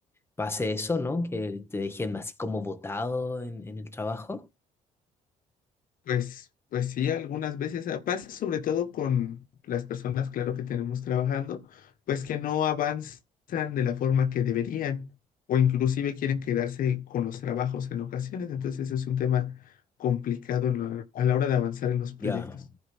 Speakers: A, on the left (about 15°); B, on the left (about 65°).
A: pase eso, ¿no? Que te dejen así como botado en, en el trabajo.
B: Pues, pues sí, algunas veces ah, pasa sobre todo con las personas, claro, que tenemos trabajando, pues que no avanzan de la forma que deberían o inclusive quieren quedarse con los trabajos en ocasiones. Entonces es un tema complicado en la- a la hora de avanzar en los proyectos.
A: Ya.